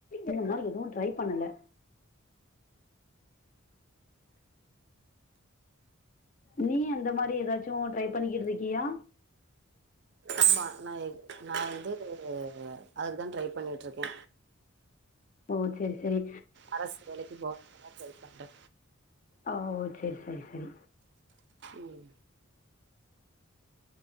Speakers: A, on the left; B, on the right.
A: இந்த மாரி எதுவும் ட்ரை பண்ணல நீ அந்த மாரி ஏதாச்சும் ட்ரை பண்ணிக்கிட்டு இருக்கியா
B: ஆமா நா நா வந்து அதுக்குதா ட்ரை பண்ணிட்டு இருக்கே
A: ஓ செரி செரி
B: அரசு வேலைக்கு போனுனுதா ட்ரை பண்றே
A: ஓஓ செரி செரி செரி
B: உம்